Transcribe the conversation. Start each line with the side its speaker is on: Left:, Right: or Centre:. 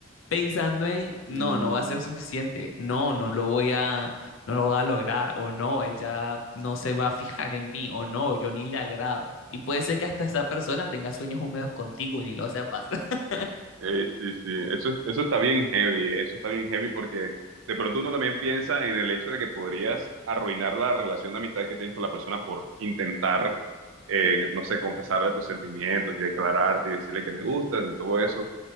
Left: pensando en, no,
Right: sí.
Left: no va a ser suficiente, no, no lo voy a, no lo voy a lograr, o no, ella no se va a fijar en mí, o no, yo ni le agrado. Y puede ser que hasta esa persona tenga sueños húmedos contigo y ni lo sepas. <laughs>
Right: Eh, sí, sí, eso, eso está bien heavy, eh, Eso está bien heavy porque de pronto uno también piensa en el hecho de que podrías arruinar la relación de amistad que tienes con la persona por intentar, eh, no sé, confesarle tus sentimientos y declararte y decirle que me gustas y todo eso.